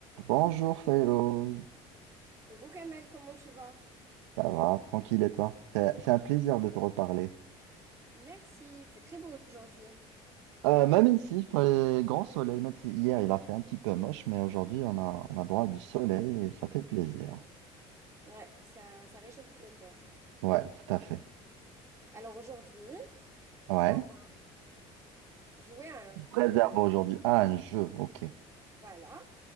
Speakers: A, on the right (about 85°); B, on the right (about 20°).
A: Bonjour Fellows,
B: Coucou Kamel, comment tu vas?
A: ça va, tranquille et toi? C'est c'est un plaisir de te reparler.
B: Merci, il fait très beau aujourd'hui.
A: Euh, même ici, il fait grand soleil, même si hier il a fait un petit peu moche, mais aujourd'hui on a, on a droit à du soleil et ça fait plaisir.
B: Ouais, ça, ça réchauffe le cœur.
A: Ouais, tout à fait.
B: Alors aujourd'hui,
A: Ouais.
B: on va jouer à un jeu.
A: Réserve aujourd'hui. Ah, un jeu, ok.
B: Voilà.